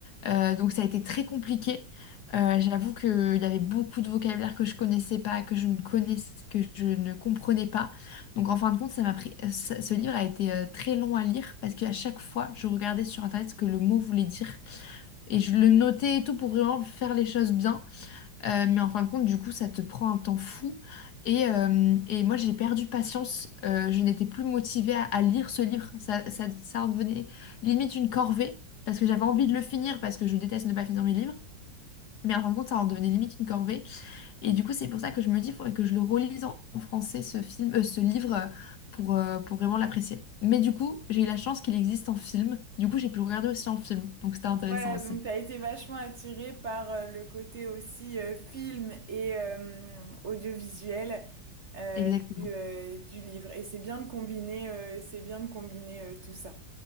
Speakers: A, on the left; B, on the right.
A: Euh, donc ça a été très compliqué. Euh, j'avoue qu'il y avait beaucoup de vocabulaire que je connaissais pas, que je ne connaissais, que je ne comprenais pas. Donc en fin de compte, ça m'a pris, euh, ça- ce livre a été euh, très long à lire parce qu'à chaque fois, je regardais sur Internet ce que le mot voulait dire et je le notais et tout pour vraiment faire les choses bien. Euh, mais en fin de compte, du coup, ça te prend un temps fou. Et, euh, et moi, j'ai perdu patience. Euh, je n'étais plus motivée à, à lire ce livre. Ça, ça, ça en devenait limite une corvée, parce que j'avais envie de le finir, parce que je déteste ne pas finir mes livres. Mais en fin de compte, ça en devenait limite une corvée. Et du coup, c'est pour ça que je me dis, il faudrait que je le relise en, en français, ce film, euh, ce livre, euh, pour, euh, pour vraiment l'apprécier. Mais du coup, j'ai eu la chance qu'il existe en film. Du coup, j'ai pu le regarder aussi en film. Donc, c'était intéressant
B: Voilà,
A: aussi.
B: donc tu as été vachement attirée par euh, le côté aussi euh, film et euh, audiovisuel euh,
A: Exactement.
B: du, euh, du livre. Et c'est bien de combiner, euh, c'est bien de combiner euh, tout ça.